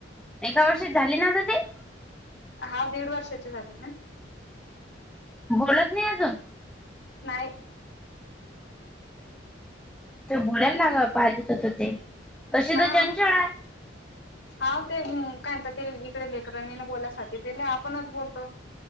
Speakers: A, in the centre; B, on the left.
A: एका वर्षी झाले ना तर ते.
B: हा दीड वर्षाची झाली ना
A: बोलत नाही अजून
B: नाहीय
A: ते बोलाला ना ग पाहिजेच होत ते तशी
B: हा
A: तर चंचळ आहे
B: हा ते कायत इकडे लेकरणीने बोलायसाठी त आपणच बोलतो